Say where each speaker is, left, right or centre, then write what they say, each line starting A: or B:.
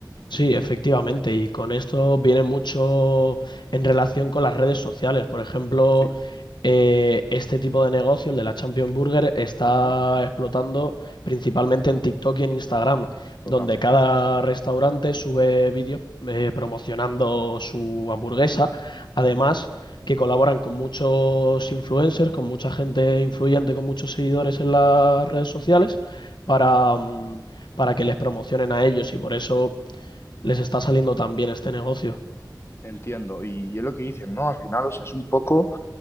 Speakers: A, on the left (about 75°); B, on the left (about 35°).
A: Sí, efectivamente, y con esto viene mucho en relación con las redes sociales. Por ejemplo,
B: Sí,
A: eh, este tipo de negocio, el de la Champions Burger, está
B: ajá,
A: explotando principalmente en TikTok y en Instagram,
B: totalmente.
A: donde cada restaurante sube vídeos eh, promocionando su hamburguesa. Además,
B: Mm.
A: que colaboran con muchos influencers, con mucha gente influyente, con muchos seguidores en las redes sociales, para, mm, para que les promocionen a ellos y por eso les está saliendo tan bien este negocio.
B: Entiendo. Y es lo que dicen, ¿no? Al final, o sea, es un poco...